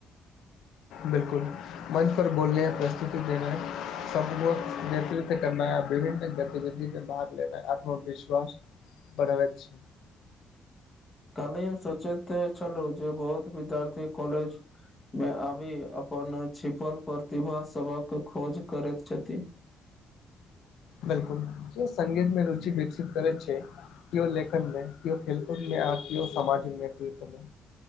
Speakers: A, on the left (about 80°); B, on the left (about 15°).
A: बिल्कुल। मञच पर बोलने प्रस्तुति देना सब नेतृत्व करना य विभिन्न गतिविधि। भाग लेना आत्मविश्वास बढ़वैत छै।
B: कनि सोचैत छलहु जे बहुत विद्यार्थी कॉलेज। मे आबि अपन छिपल प्रतिभा सबक खोज करैत छथि।
A: बिलकुल सगीतमे रुचि विकसित करे छै। केओ लेखन मे केओ खेलकूद में केओ समामाजिक नेतृत्व मे।